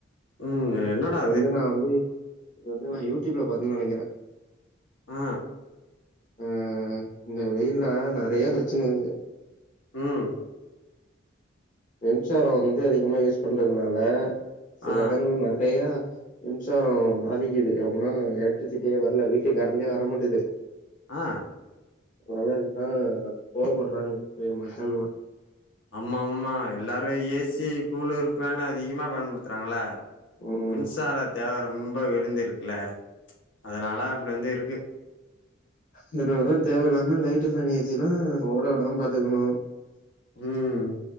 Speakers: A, on the left (about 75°); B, on the left (about 40°).
A: ம் என்னடா
B: இது வந்து நா வந்து இது வந்து நா யூடியூப்ல பாத்தே நினைக்கிறே
A: ஆ
B: ஆ இந்த வெயில்ல நெறைய பிரச்சன வருது
A: ம்
B: மின்சாரோ வந்து அதிகமா யூஸ் பண்றதுனால சில
A: ஆ
B: எடங்கள் நெறையா மின்சாரோ பாதிக்குது எப்டினா எலக்ட்ரிசிட்டியே வர்ல வீட்டுக்கு கரண்டே வரமாட்டுது
A: ஆ
B: அவரெல்லா இதுதா கோவப்படுறாங்க இப்பயு மக்கள்லா
A: ஆம்மா ஆம்மா எல்லாரு ஏசி கூலரு ஃபேனு அதிகமா பயன்படுத்துறாங்கல்ல
B: ம்.
A: மின்சார தேவ ரொம்ப விருந்திருக்குல அதனால அப்டி வந்து இருக்கு
B: இதுகாகதா தேவ இல்லாம லைட்டு ஃபேனு ஏசில்லா ஓட விடாம பாத்துக்கணு
A: ம்